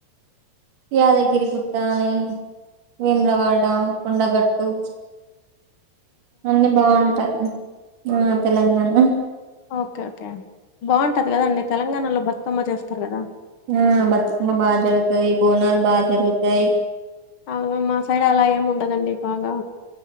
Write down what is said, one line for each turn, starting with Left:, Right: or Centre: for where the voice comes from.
Right: యాదగిరిగుట్టని వేములవాడ కొండగట్టు అన్ని బాగుంటాయి ఆ తెలంగాణ
Left: ఓకే ఓకే బాగుంటది కదా అండి తెలంగాణలో బతుకమ్మ చేస్తారు కదా
Right: ఆ బతుకమ్మ బాగా జరుగుతది బోనాలు బాగా జరుగుతాయి
Left: అవును మా సైడ్ అలా ఏమి ఉండదండి బాగా